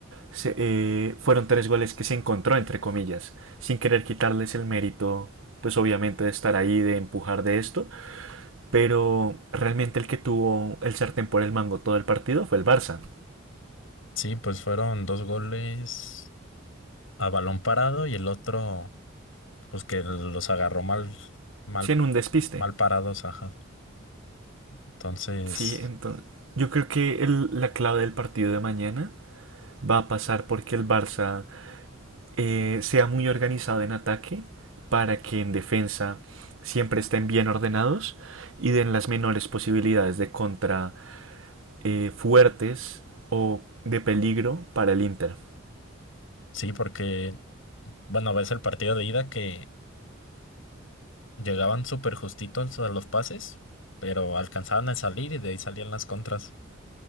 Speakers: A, on the right; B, on the left.
A: se- eh, fueron tres goles que se encontró, entre comillas, sin querer quitarles el mérito, pues obviamente de estar ahí, de empujar de esto, pero realmente el que tuvo el sartén por el mango todo el partido fue el Barça,
B: Sí, pues fueron dos goles a balón parado y el otro, pues que los agarró mal, mal,
A: sí en un despiste,
B: mal parados, ajá. Entonces,
A: sí, entonces yo creo que el- la clave del partido de mañana va a pasar porque el Barça eh, sea muy organizado en ataque para que en defensa siempre estén bien ordenados y den las menores posibilidades de contra eh, fuertes o de peligro para el Inter.
B: sí, porque, bueno, ves el partido de ida que Llegaban súper justitos a los pases, pero alcanzaban a salir y de ahí salían las contras.